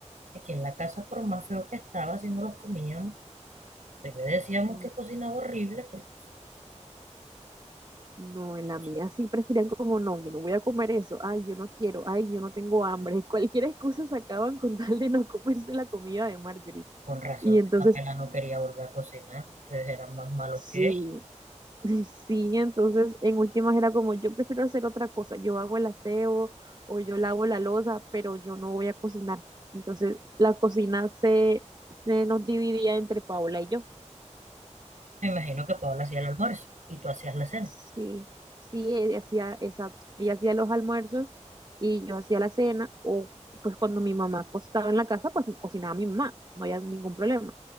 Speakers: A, on the right; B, on the right.
A: Aquí en la casa, por más feo que estaba, si no los comíamos, pues le decíamos
B: Mm.
A: que cocinaba horrible, pero pues,
B: No, en la
A: no
B: mía
A: sé,
B: sí preferían como no, yo no voy a comer eso, ay, yo no quiero, ay, yo no tengo hambre. <laughs> Y cualquier excusa sacaban con tal de no comerse la comida de Marjorie.
A: con razón,
B: Y entonces,
A: apenas no quería volver a cocinar, ustedes eran más malos
B: sí,
A: que ella.
B: <laughs> sí, entonces en últimas era como yo prefiero hacer otra cosa, yo hago el aseo o yo lavo la loza, pero yo no voy a cocinar. Entonces la cocina se, se nos dividía entre Paola y yo.
A: Me imagino que Paola hacía el almuerzo y tú hacías la cena.
B: Sí, sí, ella hacía, exacto, ella hacía los almuerzos y yo hacía la cena, o pues cuando mi mamá co- estaba en la casa, pues cocinaba mi mamá, no había ningún problema.